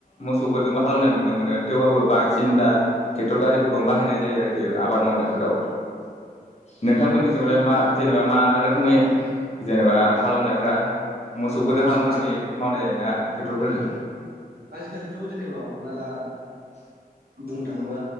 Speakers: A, on the left (about 45°); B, on the right (about 70°).
A: मोसौफोरजोंबो हालेवनाय नुनो मोनो थेवबाबबो बांसि सिन दा ट्रेक्टर गारिफोरखौनो बाहायनाय जायो आरोखि आबाद मावनायफोराव, नोंथांमोननिसिमलाय मा जेनेबा मा रोखोमै जेनेबा हालेव नायफ्रा? मोसौफोरजों हालेवनानै
B: जोंथिं
A: मावनाय जायोना टेकटर फोरजों
B: आजिखालिथ जेनेबा हमना ला बुंनो थांङोबा